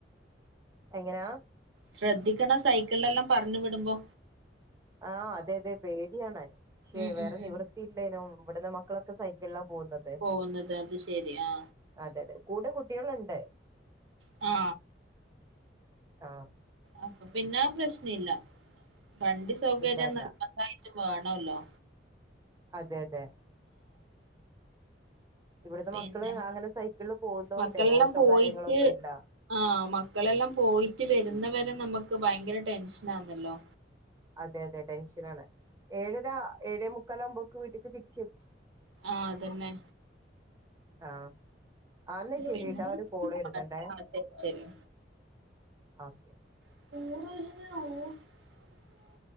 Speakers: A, on the right; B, on the right.
A: എങ്ങനാ
B: ശ്രദ്ധിക്കണം സൈക്കിൾലെല്ലാം പറഞ്ഞു വിടുമ്പോ
A: ആഹ് അതെ അതെ പേടിയാണ് പക്ഷെ
B: ഉം
A: വേറെ
B: ഉം ഉം
A: നിവൃത്തിയില്ലേനും ഇവിടന്ന് മക്കളൊക്കെ സൈക്കിളിലാ പോവുന്നത്
B: പോകുന്നത് അത് ശരി ആ
A: അതെതെ കൂടെ കൂ കുട്ടികള്ണ്ട്
B: ആ
A: ആ
B: അപ്പം പിന്നെ ആ പ്രശ്ന ഇല്ല വണ്ടി സൗകര്യം
A: ഇല്ല ഇല്ല
B: നിർബന്ധായിട്ട് വാണോല്ലോ
A: അതെ അതെ ഇവിടുത്തെ
B: പിന്നെ
A: മക്കള് അങ്ങനെ സൈക്കിളിൽ പോകുന്നോണ്ടേ
B: മക്കളെല്ലാം
A: ഓട്ടോ
B: പോയിട്ട്
A: കാര്യങ്ങളൊന്നും ഇല്ല
B: ആ മക്കളെല്ലാം പോയിട്ട് വരുന്നവരെ നമ്മക്ക് ഭയങ്കര ടെൻഷനാണല്ലോ
A: അതെ അതെ ടെൻഷനാണ് ഏഴരാ ഏഴേ മുക്കാലാവുമ്പോക്ക് വീട്ടിക്ക് തിര്
B: ആ അതന്നെ
A: ആ ആ ന്നാ ശെരി
B: പിന്നെ
A: ട്ടാ ഒരു കോള് വരുന്നുണ്ടേ
B: അതെ, അതെ, ശരി
A: ആ ഓക്കെ
B: <unintelligible>